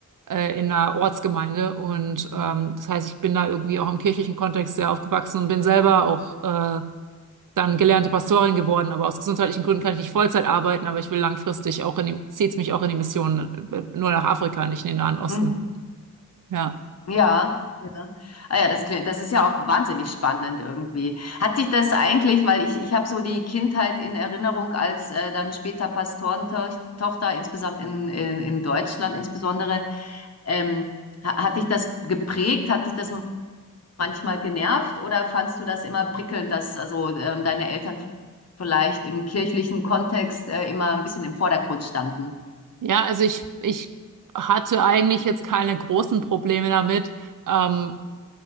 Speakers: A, on the right (about 75°); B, on the left (about 50°).
A: äh, in einer Ortsgemeinde. Und ähm, das heißt, ich bin da irgendwie auch im kirchlichen Kontext sehr aufgewachsen und bin selber auch äh, dann gelernte Pastorin geworden. Aber aus gesundheitlichen Gründen kann ich nicht Vollzeit arbeiten, aber ich will langfristig auch in die, zieht's mich auch in die Mission, äh, nur nach Afrika, nicht in den Nahen Osten.
B: Mhm.
A: Ja.
B: Ja, ja. Ah ja, das, kli- das ist ja auch wahnsinnig spannend irgendwie. Hat dich das eigentlich, weil ich, ich habe so die Kindheit in Erinnerung als äh, dann später Pastorentochter, insgesamt in, in, in Deutschland insbesondere, ähm, ha- hat dich das geprägt? Hat dich das manchmal genervt oder fandst du das immer prickelnd, dass also ähm, deine Eltern vielleicht im kirchlichen Kontext äh, immer ein bisschen im Vordergrund standen?
A: Ja, also ich, ich hatte eigentlich jetzt keine großen Probleme damit. Ähm,